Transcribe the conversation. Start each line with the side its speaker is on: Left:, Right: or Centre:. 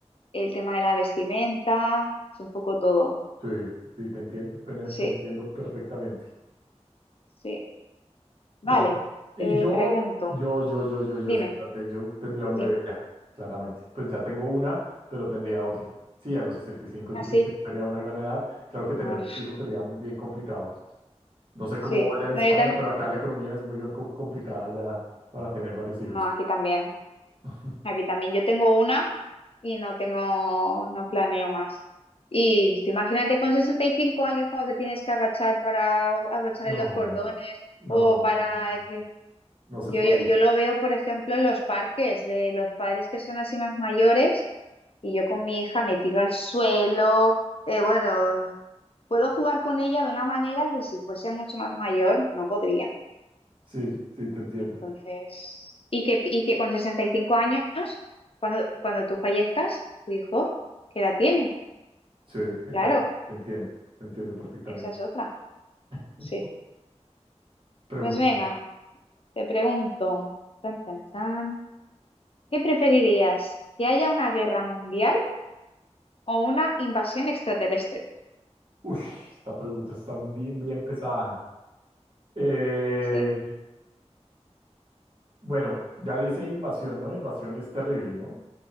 Left: el tema de la vestimenta, es un poco todo.
Right: Sí, sí, te entiendo, pero te
Left: Sí,
Right: entiendo perfectamente.
Left: sí. Vale,
Right: Bueno, pues, y
Left: te
Right: yo,
Left: pregunto,
Right: yo, yo, yo, yo, yo,
Left: dime,
Right: espérate, yo tendría un
Left: dime.
Right: bebé ya, claramente. Pues ya tengo una, pero tendría otro. Sí, a los sesenta y cinco,
Left: Ah,
Right: yo creo
Left: sí.
Right: que no sería una gran edad. Claro
Left: Ah,
Right: que tener dos hijos sería muy bien complicado. No sé cómo
Left: sí.
Right: vaya en
Left: No,
Right: España,
Left: yo también.
Right: pero acá la economía es muy co- complicada ya para tener varios hijos.
Left: No, aquí también.
Right: <laughs>
Left: Aquí también yo tengo una y no tengo, no planeo más. Y tú imagínate con 65 años cuando te tienes que agachar para abrochar
Right: No,
Left: en los
Right: no,
Left: cordones
Right: no,
Left: o
Right: no, no,
Left: para
Right: no
Left: que
Right: no se
Left: yo,
Right: puede.
Left: yo, yo lo veo, por ejemplo, en los parques de los padres que son así más mayores y yo con mi hija me tiro al suelo. eh, bueno, puedo jugar con ella de una manera que si fuese mucho más mayor no podría.
Right: Sí, sí, te entiendo.
Left: Entonces, y que, y que con 65 años, cuando, cuando tú fallezcas, tu hijo, ¿qué edad tiene?
Right: Sí, está,
Left: Claro,
Right: te entiendo, te entiendo perfectamente.
Left: esa es otra.
Right: <laughs>
Left: Sí.
Right: Pregunta
Left: Pues venga,
Right: tú.
Left: te pregunto, tan, tan, tan, ¿qué preferirías? ¿Que haya una guerra mundial o una invasión extraterrestre?
Right: Uf, esta pregunta está bien, bien pesada. Eh,
Left: Sí.
Right: bueno, ya dice invasión, ¿no? Invasión es terrible, ¿no?